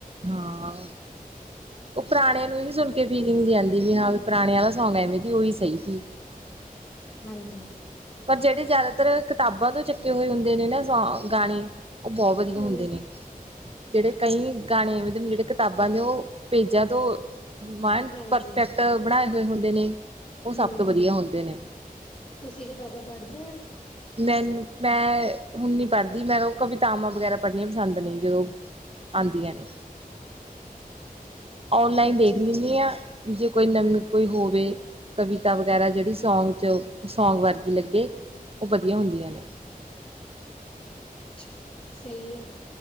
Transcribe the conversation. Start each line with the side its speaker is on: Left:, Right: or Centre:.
Right: ਹਾਂ। ਉਹ ਪੁਰਾਣਿਆਂ ਨੂੰ ਹੀ ਸੁਣ ਕੇ ਫੀਲਿੰਗ ਜੀ ਆਂਦੀ ਵੀ ਹਾਂ ਵੀ ਪੁਰਾਣਿਆਂ ਦਾ ਸੌਂਗ ਹੈ ਐਵੇਂ ਤ ਉਹੀ ਸਹੀ ਸੀ।
Left: ਹਾਂਜੀ।
Right: ਪਰ ਜਿਹੜੇ ਜ਼ਿਆਦਾਤਰ ਕਿਤਾਬਾਂ ਤੋਂ ਚੱਕੇ ਹੋਏ ਹੁੰਦੇ ਨੇ ਨਾ ਸੌਂ, ਗਾਣੇ। ਉਹ ਬਹੁਤ ਵੱਧੀਆ
Left: ਹਮ
Right: ਹੁੰਦੇ ਨੇ। ਜਿਹੜੇ ਕਈ ਗਾਣੇ ਮਤਲਬ ਜਿਹੜੇ ਕਿਤਾਬਾਂ ਚੋਂ, ਪੇਜਾਂ ਤੋਂ ਮਨ
Left: ਹਾਂਜੀ
Right: ਪਰਫੈਕਟ ਬਣਾਏ ਹੋਏ ਹੁੰਦੇ ਨੇ। ਉਹ ਸਭ
Left: ਹੁੰ,
Right: ਤੋਂ ਵਧੀਆ ਹੁੰਦੇ ਨੇ
Left: ਤੁਸੀਂ ਕਿਤਾਬਾਂ ਪੜਦੇ ਆਂ?
Right: ਮੈਨੂੰ ਮੈਂ ਹੁਣ ਨਹੀਂ ਪੜ੍ਹਦੀ ਮੈ ਨੂੰ ਕਵਿਤਾਵਾਂ ਵਗੈਰਾ ਪੜ੍ਹਨੀਆਂ ਪਸੰਦ ਨੇ। ਜਦੋਂ ਆਂਦੀਆਂ ਨੇ, ਔਨਲਾਈਨ
Left: ਅੱਛਾ
Right: ਦੇਖ ਲਿਂਨੀ
Left: ਜੀ
Right: ਆਂ। ਵੀ ਜੇ ਕੋਈ ਨਵੀਂ ਕੋਈ ਹੋਵੇ, ਕਵਿਤਾ ਵਗੈਰਾ ਜਿਹੜੀ ਸੌਂਗ ਚ ਸੌਂਗ ਵਰ ਲੱਗੇ, ਉਹ ਵੱਧੀਆ ਹੁੰਦੀਆਂ ਨੇ।
Left: ਚਲ ਸਈ ਆ।